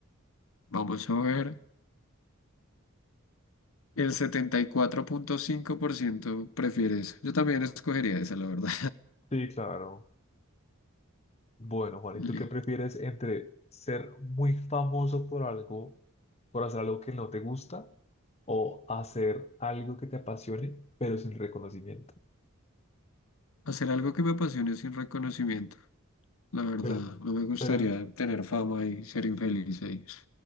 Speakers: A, on the left; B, on the left.
A: Vamos a ver. El setenta y cuatro punto cinco por ciento prefiere eso. Yo también escogería esa, la verdad.
B: Sí, claro. Bueno, Juan,
A: <laughs>
B: ¿y tú
A: Li-
B: qué prefieres entre ser muy famoso por algo, por hacer algo que no te gusta, o hacer algo que te apasione, pero sin reconocimiento?
A: Hacer algo que me apasione sin reconocimiento. La verdad,
B: Pero,
A: no me gustaría
B: pero
A: tener fama y ser infeliz ahí.